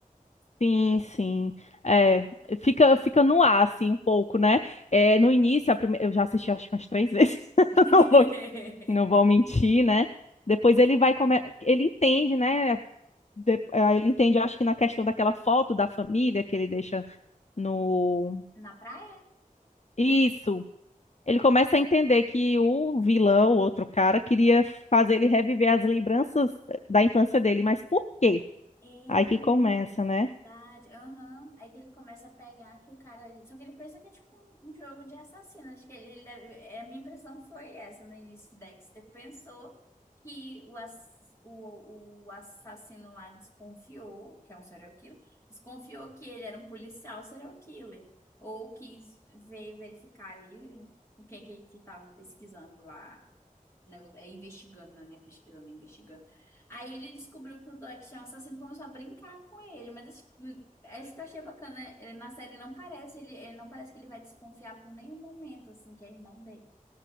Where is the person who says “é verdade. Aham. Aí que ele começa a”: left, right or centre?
Left